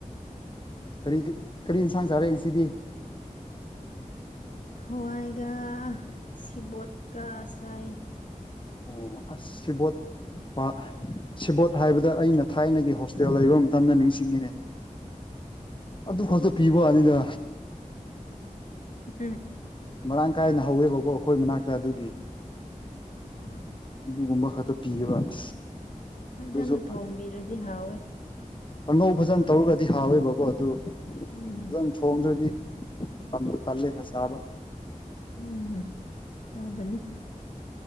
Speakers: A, on the left; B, on the left.
A: ꯀꯔꯤ ꯀꯔꯤ ꯌꯦꯟꯁꯥꯡ ꯆꯥꯔꯦ ꯏꯆꯦꯗꯤ
B: ꯍꯋꯥꯏꯒ ꯁꯤꯕꯣꯠꯀ ꯆꯥꯏ
A: ꯑꯣ ꯑꯁ ꯁꯤꯕꯣꯠ <unintelligible> ꯁꯦꯕꯣꯠ ꯍꯥꯏꯕꯗ ꯑꯩꯅ ꯊꯥꯏꯅꯒꯤ ꯍꯣꯁꯇꯦꯜ ꯂꯩꯕ ꯃꯇꯝꯗ ꯅꯤꯡꯁꯤꯡꯉꯤꯅꯦ ꯑꯗꯨ ꯈꯛꯇ ꯄꯤꯕ ꯋꯥꯅꯤꯗ
B: ꯎꯝ
A: ꯃꯔꯥꯡ ꯀꯥꯏꯅ ꯍꯧꯋꯦꯕꯀꯣ ꯑꯩꯈꯣꯏ ꯃꯅꯥꯛꯇ ꯑꯗꯨꯒꯤ
B: ꯎꯝ
A: ꯑꯗꯨꯒꯨꯝꯕ ꯈꯛꯇ ꯄꯤꯌꯦꯕ <inaudible>
B: ꯐꯖꯅ
A: ꯑꯗꯨꯁꯨ
B: ꯊꯣꯡꯕꯤꯔꯗꯤ ꯍꯥꯎꯋꯦ
A: ꯑꯉꯧ ꯐꯖꯟ ꯇꯧꯔꯒꯗꯤ ꯍꯥꯎꯋꯦꯕꯀꯣ ꯑꯗꯨ
B: ꯎꯝ
A: ꯐꯖꯟ ꯊꯣꯡꯗ꯭ꯔꯥꯗꯤ ꯇꯟꯕꯨ ꯇꯜꯂꯦꯗ ꯆꯥꯕ
B: ꯎꯝ ꯇꯧꯎꯕꯅꯤ